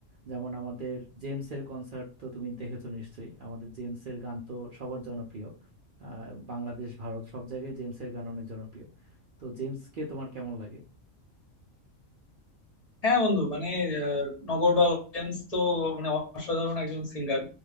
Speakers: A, on the right (about 60°); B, on the left (about 30°).
A: যেমন আমাদের জেমসের কনসার্ট তো তুমি দেখেছো নিশ্চয়ই আমাদের জেমসের গান তো সবার জনপ্রিয় আহ, বাংলাদেশ ভারত সব জায়গায় জেমসের গান অনেক জনপ্রিয় তো জেমসকে তোমার কেমন লাগে
B: হ্যাঁ বন্ধু মানে আহ, নগরবা উইলিয়ামস তো মানে অসাধারণ একজন সিঙ্গার